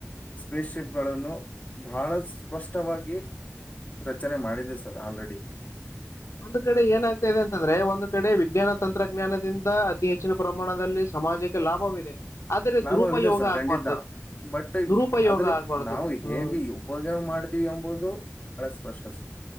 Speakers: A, on the left; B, on the left.
A: ಸ್ಪೇಸ್ಶಿಪ್ಗಳನ್ನು ಬಹಳ ಸ್ಪಷ್ಟವಾಗಿ ರಚನೆ ಮಾಡಿದೆ ಸರ್ ಆಲ್ರೆಡಿ
B: ಒಂದು ಕಡೆ ಏನಾಗ್ತಾ ಇದೆ ಅಂತಂದ್ರೆ ಒಂದು್ ಕಡೆ ವಿಜ್ಞಾನ ತಂತ್ರಜ್ಞಾನದಿಂದ ಅತಿ ಹೆಚ್ಚಿನ ಪ್ರಮಾಣದಲ್ಲಿ ಸಮಾಜಕ್ಕೆ ಲಾಭವಿದೆ ಆದರೆ
A: ಲಾಭವಿದೆ
B: ದುರುಪಯೋಗ
A: ಸರ್
B: ಆಗ್ಬಾರ್ದು
A: ಖಂಡಿತ ಬಟ್
B: ದುರುಪಯೋಗ
A: ಆದ್ರ
B: ಆಗ್ಬಾರ್ದು
A: ನಾವು ಹೇಗೆ
B: ಹ್ಮ್
A: ಉಪಯ ಮಾಡ್ತ ಎಂಬುದು ಬಹಳ ಸ್ಪಷ್ಟ ಸ